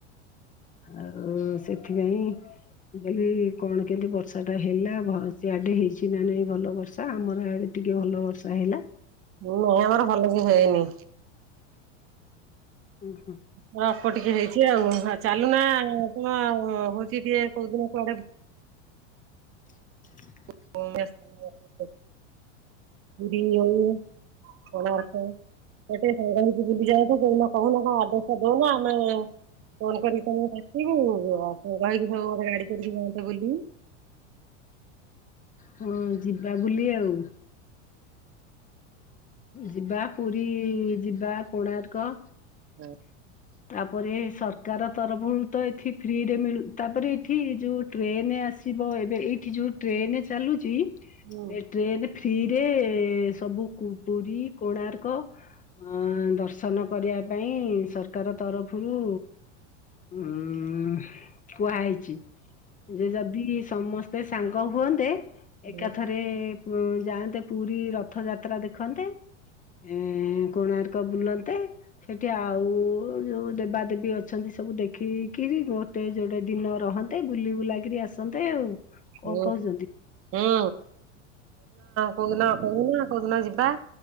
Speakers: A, on the left; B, on the right.
A: ଆଉ ସେଥିପାଇଁ ମୁଁ କହଲି କଣ କେମତି ବର୍ଷା ଟା ହେଲା ବହ ସିଆଡେ ହେଇଚି ନା ନାଇଁ ଭଲ ବର୍ଷା ଆମର ୟାଡେ ଟିକେ ଭଲ ବର୍ଷା ହେ
B: ନିଅ ଆମର ଭଲ କି ହେଇନି।
A: ଉଁ।
B: ଅ ଅଳ୍ପ ଟିକେ ହେଇଛି ଆଉ ହ ଚାଲୁନା କଣ ହଉଛି ଟିକେ କୋଉ ଦିନ କୁଆଡେ
A: <unintelligible>
B: <unintelligible> କୋଣାର୍କ ଗୋଟେ ସାଙ୍ଗ ହେଇକି ବୁଲି ଯାଆନ୍ତୁ କ <unintelligible> କହୁନା କଣ, ଆଡ୍ରସ ଦଉନା ଆମେ ଫୋନ କରିକି ତମକୁ ଡାକିବୁ ଆଉ ସାଙ୍ଗ ହେଇକି ସବୁ ଗୋଟେ ଗାଡି କରିକି ଯାଆନ୍ତେ ବୁଲି
A: ହଁ ଯିବା ବୁଲି ଆଉ ଯିବା, ପୁରୀ ଯିବା, କୋଣାର୍କ
B: ହୁଁ
A: ତାପରେ ସରକାର ତରଫରୁ ତ ଏଠି ଫ୍ରିରେ ମିଳୁ ତାପରେ ଏଠି ଯୋଉ ଟ୍ରେନ ଆସି ଯିବ, ଏବେ ଏଇଠି ଯୋଉ ଟ୍ରେନ ଚାଲୁଚି
B: ହୁଁ
A: ଏ ଟ୍ରେନ ଫ୍ରିରେ ସବୁ ପୁରୀ କୋଣାର୍କ ଅ ଦର୍ଶନ କରିବା ପାଇଁ ସରକାର ତରଫରୁ ଉଁ ଉଁ କୁହା ହେଇଛି। ଯେ ଯଦି ସମସ୍ତେ ସାଙ୍ଗ ହୁଅନ୍ତେ,
B: ହୁଁ
A: ଏକାଥରେ ଯାଆନ୍ତେ ପୁରୀ ରଥ ଯାତ୍ରା ଦେଖନ୍ତେ, ଏ ଏ କୋଣାର୍କ ବୁଲନ୍ତେ। ସେଠି ଆଉ ଯୋଉ ଦେବା ଦେବୀ ଅଛନ୍ତି ସବୁ ଦେଖିକିରି ଗୋଟେ ଯୋଡେ ଦିନ ରହନ୍ତେ, ବୁଲି ବୁଲା କିରି ଆସନ୍ତେ ଆଉ। କଣ
B: ହୁଁ
A: କହୁଛନ୍ତି?
B: ହୁଁ କୋଉଦିନ-କୋଉଦିନ-କୋଉଦିନ-କୋଉଦିନ ଯିବା?